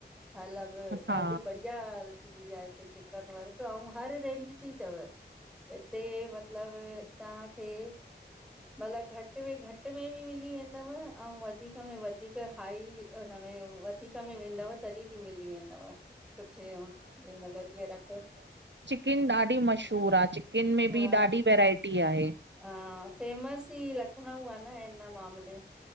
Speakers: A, in the centre; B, on the right.
A: मतलब
B: हा
A: ॾाढी बड़ी जाल थींदी आहे हिते चिकन वर्क अऊं हर रेंज जी अथव। हिते मतलब तव्हांखे मतलबु घट में घट घट में बि मिली वेंदव ऐं वधीक में वधीक हाई हुन में वधीक में वेंदव तॾहिं बि मिली वेंदव। सुठे जंहिं महिल जीअं रखो।
B: चिकन ॾाढी मशहूर आहे। चिकन में बि
A: हा
B: ॾाढी वैरायटी आहे।
A: हा फेमस ई लखनऊ आहे न हिन मामले में।